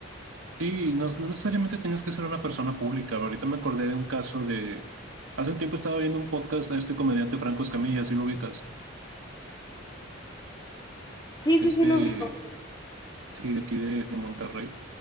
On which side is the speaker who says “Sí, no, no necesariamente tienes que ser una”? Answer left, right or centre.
Right